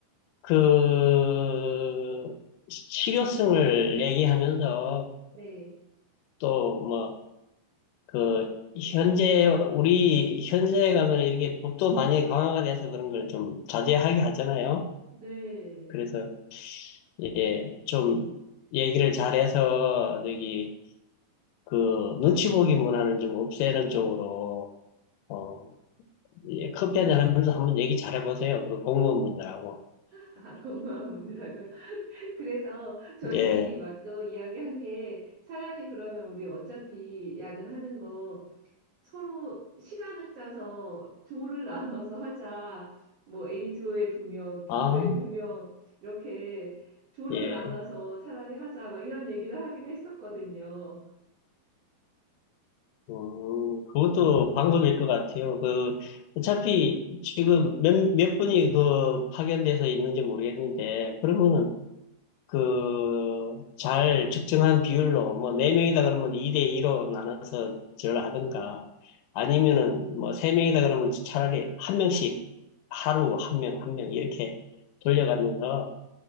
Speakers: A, on the left; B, on the right.
A: 그, 실효성을 얘기하면서
B: 네.
A: 또 뭐 그 현재 우리 현세에 가면 이렇게 법도 많이 강화가 돼서 그런 걸 좀 자제하게 하잖아요.
B: 네.
A: 그래서 예, 좀 얘기를 잘해서 저기 그 눈치 보기 문화는 좀 없애는 쪽으로 어, 예, 커피 한잔 하면서 한번 얘기 잘해보세요. 그 공무원분들하고.
B: 아, 공허한 분들하고요. <laughs> 그래서 저희끼리
A: 예.
B: 막 또 이야기한 게 차라리 그러면 우리 어차피 야근하는 거 서로 시간을 짜서 조를 <laughs> 나눠서 하자. 뭐 A조에 두 명, B조에
A: 아,
B: 두 명, 이렇게 조를
A: 예.
B: 나눠서 차라리 하자. 막 이런 얘기를 하기도 했었거든요.
A: 음, 그것도 방법일 것 같아요. 그, 어차피 지금 몇, 몇 분이 그 파견돼서 있는지 모르겠는데, 그러면은 그, 잘 적정한 비율로, 뭐, 네명이다 그러면 2대2로 나눠서 전화하든가, 아니면은 뭐, 세명이다 그러면 차라리 한 명씩 하루 한 명, 한 명 이렇게 돌려가면서